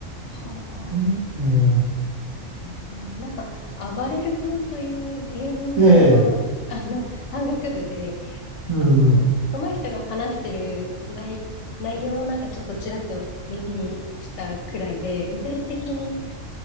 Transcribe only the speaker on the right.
うん、うん
ええ、
うん、
うん、